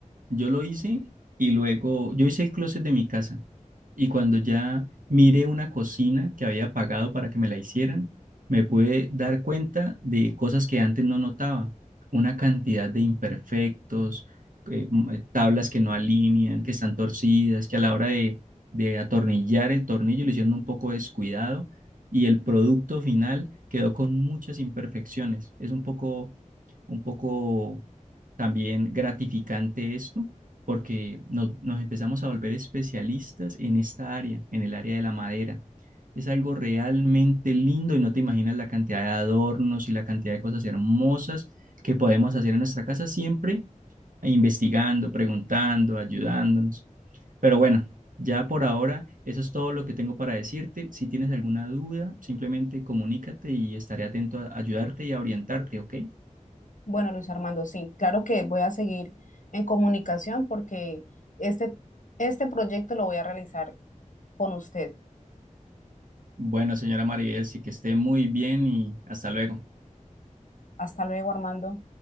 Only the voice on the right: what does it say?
yo lo hice y luego, yo hice el closet de mi casa. Y cuando ya miré una cocina que había pagado para que me la hicieran, me pude dar cuenta de cosas que antes no notaba. Una cantidad de imperfectos, eh, m- eh, tablas que no alinean, que están torcidas, que a la hora de, de atornillar el tornillo lo hicieron un poco descuidado y el producto final quedó con muchas imperfecciones. Es un poco, un poco también gratificante esto porque no- nos empezamos a volver especialistas en esta área, en el área de la madera. Es algo realmente lindo y no te imaginas la cantidad de adornos y la cantidad de cosas hermosas que podemos hacer en nuestra casa siempre investigando, preguntando, ayudándonos. Pero bueno, ya por ahora, eso es todo lo que tengo para decirte. Si tienes alguna duda, simplemente comunícate y estaré atento a ayudarte y a orientarte, ¿ok?
Bueno, señora Maribel, sí que esté muy bien y hasta luego.